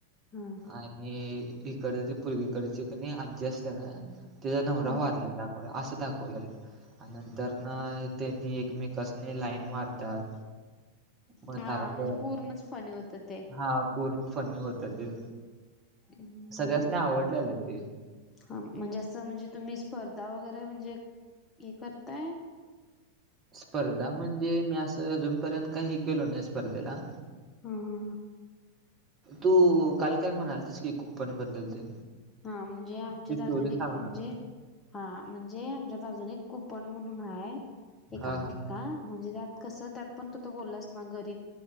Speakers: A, on the left (about 20°); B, on the right (about 20°).
A: हा.
B: आणि इकड ते पोर्गीकडची कणी आजी असतेना तीचा नवरा
A: हा.
B: वारलेला. मग असं दाखवलेलं. आणि नंतर न त्यांनी एकमेकासनी लाईन मारतात. मग
A: हा
B: सारखं
A: म्हणजे पूर्णच फनी होत ते.
B: हा पूर्ण फनी होत ते
A: हम्म.
B: सगळ्यासनी आवडल ग ते.
A: हा म्हणजे असं म्हणजे तुम्ही स्पर्धा वगैरे म्हणजे हे करताय?
B: स्पर्धा म्हणजे मी असं अजूनपर्यंत काही केलो नाही स्पर्धेला.
A: हा हा.
B: तू काल काय म्हणाल तस की कूपन बद्दल ते?
A: हा म्हणजे आमच्यात
B: ती स्टोरी
A: अजुन
B: सांगणार
A: एक म्हणजे हा म्हणजे आमच्यात अजून एक कुपण म्हणून आहे
B: हा
A: अंकिता म्हणजे त्यात कस त्यात पण तू त बोललास ना गरीब